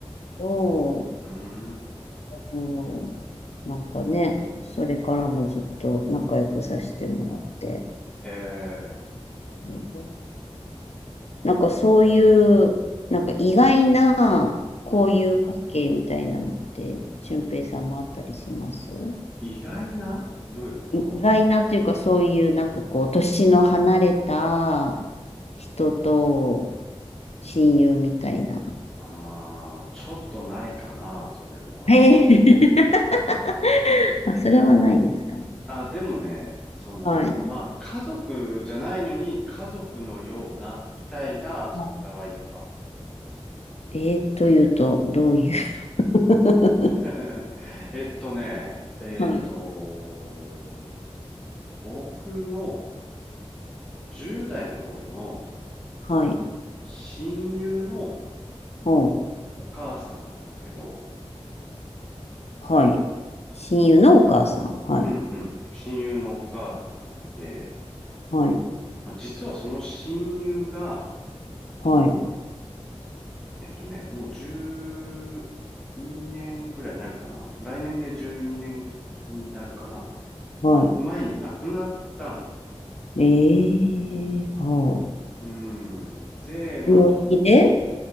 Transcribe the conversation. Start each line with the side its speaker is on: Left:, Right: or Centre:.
Left: と、
Centre: うん。うーん。
Left: うん、なんかね、それからもずっと仲良くさせてもらって、
Centre: ええ、
Left: うんなんかそういう、なんか意外な交友関係みたいなのって、
Centre: うん。
Left: 俊平さんもあったりします
Centre: 意外などういうこと
Left: い意外なというか、そういうなんかこう、年の離れた人と親友みたいな。
Centre: ああー、ちょっとないかな、それは。
Left: えー <laughs> あ、それはないですか
Centre: あ、でもね、その、
Left: はい。
Centre: まあ、家族じゃないのに、家族のような、みたいな存在はいるかも。
Left: はいえーというと、どういう <laughs>
Centre: <laughs> えっとね、えっと、
Left: はい。
Centre: 僕の10代の頃の
Left: はい。
Centre: 親友の
Left: おう、
Centre: お母さんなんだけど、
Left: はい。親友のお母さん。はい。
Centre: うんうん。親友のお母さんで、
Left: はい。
Centre: まあ、実はその親友が、
Left: はい。
Centre: えっとね、もう12年ぐらいになるかな。来年で12年にねんになるかな。
Left: は
Centre: 前に亡くなったの。
Left: い。ええは
Centre: うん。で、まあ、
Left: あ。病気で
Centre: と、